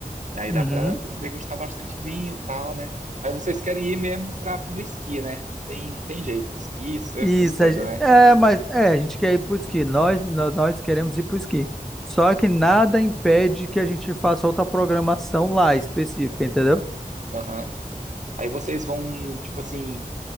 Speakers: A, on the right (about 55°); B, in the centre.
A: E aí
B: Uhum.
A: dá pra degustar bastante vinho e tal, né? Mas vocês querem ir mesmo pra, no esqui, né? Não tem, não tem jeito, esqui, surf,
B: Isso,
A: essas coisas,
B: a gen-
A: né?
B: é, mas é, a gente quer ir pro esqui, nós nó- nós queremos ir pro esqui. Só que nada impede que a gente faça outra programação lá específica, entendeu?
A: Aham. Aí vocês vão, tipo assim,